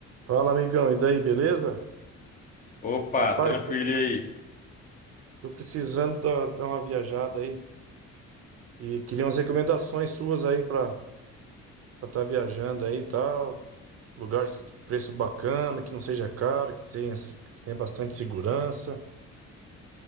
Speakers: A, on the right (about 50°); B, on the left (about 30°).
A: Fala, amigão, e daí, beleza?
B: Opa,
A: Rapaz,
B: tranquilo
A: tô,
B: e aí?
A: tô precisando da- dar uma viajada aí e queria umas recomendações suas aí pra estar viajando aí e tal. Lugar de preço bacana, que não seja caro, que tenha, se- que tenha bastante segurança.